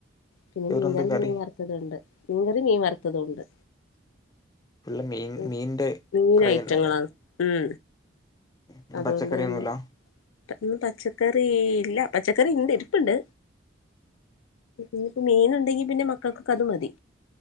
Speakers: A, on the left; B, on the left.
A: പിന്നെ
B: വേറെന്താ
A: മീൻകറി എന്തേലും
B: കറി
A: വറു ത്ണ്ട് മീൻകറി മീൻ വറുത്തതു ഉണ്ട്.
B: ഫുള്ള് മീൻ
A: ഉം
B: മീന്റെ
A: മീന്
B: കളി
A: ഐറ്റങ്ങളാണ്
B: തന്നെയല്ലേ
A: ഉം
B: ഇന്ന്
A: അതുകൊണ്ട്
B: പച്ചക്കറിയൊന്നുല്ല
A: തന്നെ പ ഇന്ന് പച്ചക്കറി ഇല്ല പച്ചക്കറി ഇണ്ട് ഇരിപ്പ്ണ്ട്. ഇഞ്ഞ്പ്പം മീൻ ഇണ്ടെങ്കി പിന്നെ മക്കൾക്ക് കത് മതി.